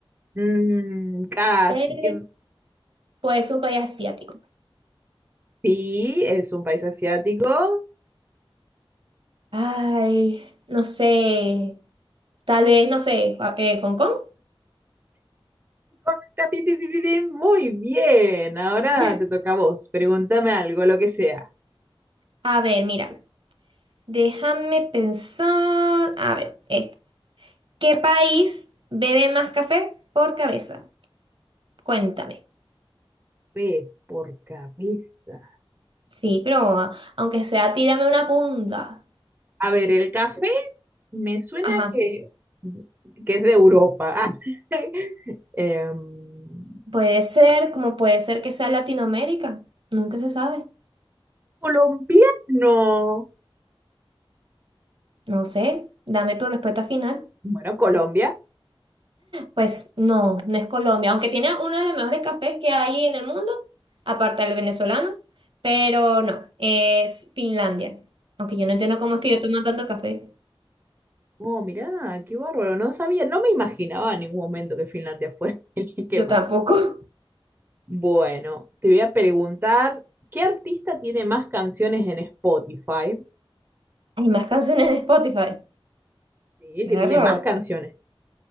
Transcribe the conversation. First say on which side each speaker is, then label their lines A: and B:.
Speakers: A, on the right; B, on the right.
A: Mm, casi
B: pero
A: que
B: puede ser un país asiático.
A: sí, es un país asiático.
B: Ay, no sé, tal vez, no sé, Ja- eh, Hong Kong.
A: Correcta, ti, ti, ti, ti, ti. Muy bien, ahora
B: <laughs>
A: te toca a vos. Pregúntame algo, lo que sea.
B: A ver, mira, déjame pensar. A ver, este. ¿Qué país bebe más café por cabeza? Cuéntame.
A: P por cabeza.
B: Sí, pero aunque sea, tírame una punta.
A: A ver, el café me suena
B: Ajá.
A: que, que es de Europa. <laughs> Em,
B: Puede ser, como puede ser que sea Latinoamérica. Nunca se sabe.
A: colombiano.
B: No sé. Dame tu respuesta final.
A: Bueno, Colombia.
B: Pues no, no es Colombia, aunque tiene uno de los mejores cafés que hay en el mundo, aparte del venezolano, pero no, es Finlandia. Aunque yo no entiendo cómo es que yo tomo tanto café.
A: Oh, mirá, qué bárbaro, no sabía, no me imaginaba en ningún momento que Finlandia fuera <laughs> el que
B: Yo
A: más.
B: tampoco.
A: Bueno, te voy a preguntar, ¿qué artista tiene más canciones en Spotify?
B: <laughs> Hay más canciones en Spotify.
A: Sí,
B: Perro.
A: que tiene más canciones.